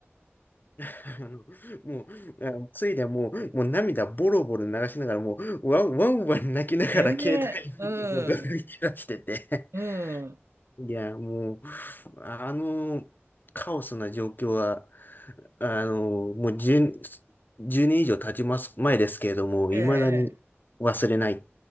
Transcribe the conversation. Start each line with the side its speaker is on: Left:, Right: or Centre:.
Left: あの、もう、あのついでもう、もう涙ボロボロ流しながら、もう、ワンワンワン泣きながら携帯に
Right: ええ、うん、
Left: <laughs> もうどいてらしてて、
Right: うん、
Left: <laughs> いや、もう、あの、カオスな状況は、あの、もう10、年以上経ちます、前ですけれども、
Right: ええ、
Left: 未だに忘れない、
Right: ええ。